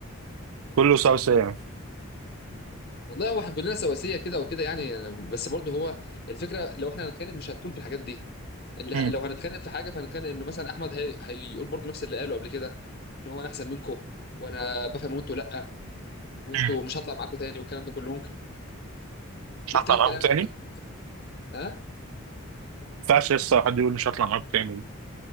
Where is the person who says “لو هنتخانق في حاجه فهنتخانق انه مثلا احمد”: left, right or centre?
Left